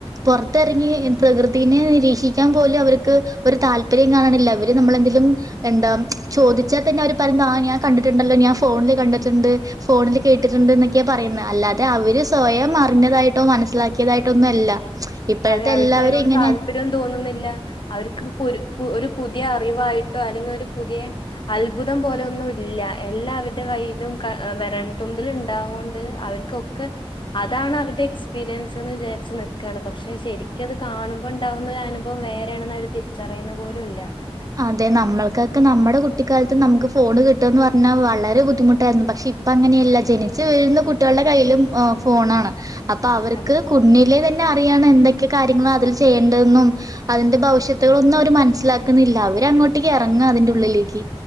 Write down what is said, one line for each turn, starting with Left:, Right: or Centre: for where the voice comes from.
Right: പൊറത്തിറങ്ങി പ്രകൃതിനെ നിരീക്ഷിക്കാൻ പോലും അവർക്ക് ഒരു താല്പര്യ കാണില്ല അവര് നമ്മളെന്തങ്കലും എന്താ ചോദിച്ചാൽ തന്നെ അവര് പറയ ആ ഞാൻ കണ്ടിട്ടുണ്ടല്ലോ ഞാൻ ഫോണില് കണ്ടിട്ടുണ്ട് ഫോണില് കേട്ടിട്ടുണ്ട് എന്നൊക്കെയാ പറയുന്ന അല്ലാതെ അവര് സ്വയം അറിഞ്ഞതായിട്ടോ മനസ്സിലാക്കിയതായിട്ടോ ഒന്നും അല്ല ഇപ്പോഴത്തെ
Left: അതെ അവർക്ക്
Right: എല്ലാവരും
Left: അതിനോട്
Right: ഇങ്ങനെ
Left: താല്പര്യം തോന്നുന്നില്ല അവർക്ക് ഒരു പുതിയ അറിവായിട്ടോ അല്ലെങ്കിൽ ഒരു പുതിയെ അത്ഭുതം പോലൊന്നും ഇല്ല എല്ലാവരുടെ കയ്യിലും വിരല്ത്തുമ്പിൽ ഇപണ്ടാവോണ്ട് അവർ കൊക്കെ അതാണ് അവരുടെ എക്സ്പീരിയൻസ്ന്ന് വിചാരിച്ചു നിക്കാണ് പക്ഷെ പക്ഷെ ശരിക്കത് കാണുമ്പോ ഉണ്ടാവുന്ന ഒരു അനുഭവം വേറെയാണെന്ന് അവർ തിരിച്ചറിയുന്ന പോലുല്ല
Right: അതെ നമ്മൾക്കൊക്കെ നമ്മുടെ കുട്ടിക്കാലത്ത് നമുക്ക് ഫോൺ കിട്ടുന്ന് പറഞ്ഞാൽ വളരെ ബുദ്ധിമുട്ടായിരുന്നു പക്ഷെ ഇപ്പ അങ്ങനെയല്ല ജനിച്ചു വീഴുന്ന കുട്ടികളുടെ കയ്യിലും ഫോണാണ് അപ്പൊ അവർക്ക്
Left: അതെ
Right: കുഞ്ഞിലെ തന്നെ അറിയണ എന്തൊക്കെ കാര്യങ്ങളാ അതിൽ ചെയ്യണ്ടെന്നും അതിന്റെ ഭവിഷ്യത്തുകളൊന്നും അവര് മനസ്സിലാക്കുന്നില്ല അവര് അങ്ങോട്ടേക്ക് ഇറങ്ങാ അതിന്റെ ഉള്ളിലേക്ക്